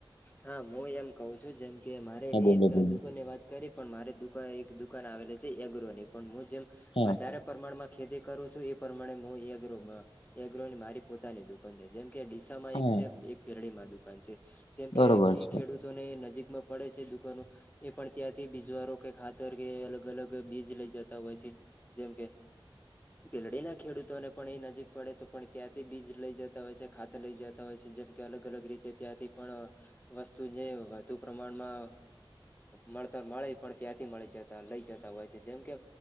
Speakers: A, on the left; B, on the left.
A: હા, હું એમ કહું છું, જેમ કે મારે
B: હા
A: એ
B: બોલો બોલો
A: દુકાન ને વાત કરી પણ મારે દુકાન દુકાન આવેલી છે, એગ્રોની પણ હું જેમ
B: હા
A: વધારે પ્રમાણમાં ખેતી કરું છું, એ પ્રમાણે મુ એગ્રોમા એગ્રો ની મારી પોતાની દુકાન છે. જેમ ડીસામાં
B: હા
A: એક છ, ે એક પેરડીમાં દુકાન છે, જેમ
B: બરોબર
A: કે આખી
B: છે
A: ખેડૂતોને નજીક પડે છે દુકાનો એ પણ ત્યાંથી બીજવારો કે ખાતર કે અલગ અલગ બીજ લઈ જતા હોય છે. જેમ કે ભીલડીના ખેડૂતોને પણ એ નજીક પડે તો પણ ત્યાંથી બીજ લઈ જતા હોય છે, ખાત લઈ જતા હોય છે. જેમ કે અલગ અલગ રીતે ત્યાંથી પણ વસ્તુને વધુ પ્રમાણમાં મળતા મળે પણ ત્યાંથી મળી જતા લઈ જતા હોય છે. જેમ કે